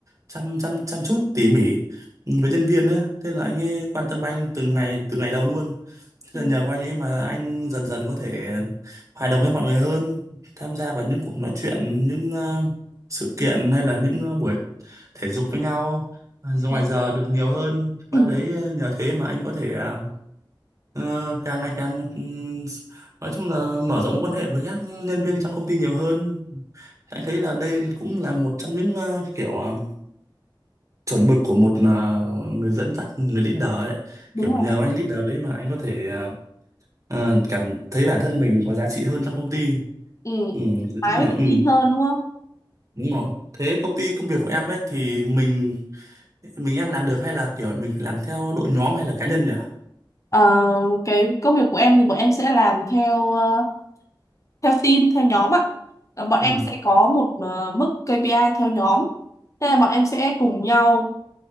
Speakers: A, on the right; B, on the left.
A: chăm chăm chăm chút tỉ mỉ với nhân viên ấy thế là anh ấy quan tâm anh từng ngày từ ngày đầu luôn thế
B: ừ,
A: là nhờ có anh ấy mà anh dần dần có thể hòa đồng với mọi người hơn tham gia vào những cuộc nói chuyện những ờ, sự kiện hay là những ờ, buổi thể dục với nhau ờ, ra
B: ừ,
A: ngoài giờ được nhiều hơn
B: ừ,
A: qua đấy ờ, nhờ thế mà anh có thể à, Ờ, càng ngày càng ừm, nói chung là mở rộng mối quan hệ với các nhân viên trong công ty nhiều hơn anh thấy là đây cũng là một trong những ờ, kiểu ờ, chuẩn mực của một ờ, người dẫn dắt người leader ấy
B: đúng
A: kiểu
B: rồi
A: nhờ anh leader đấy mà anh có thể ờ, ờ, cảm thấy bản thân mình có giá trị hơn trong công ty
B: ừ.
A: ừ, nói
B: mái
A: chung
B: mới
A: là
B: tự
A: ừ,
B: tin hơn đúng không
A: đúng rồi thế công ty công việc của em ấy thì mình mình em làm được hay là kiểu mình phải làm theo đội nhóm hay là cá nhân nhỉ
B: Ờ, cái công việc của em thì bọn em sẽ làm theo ờ, theo team theo nhóm ạ Ờ, bọn
A: ừ.
B: em sẽ có một ờ, mức KPI theo nhóm Thế là bọn em sẽ cùng nhau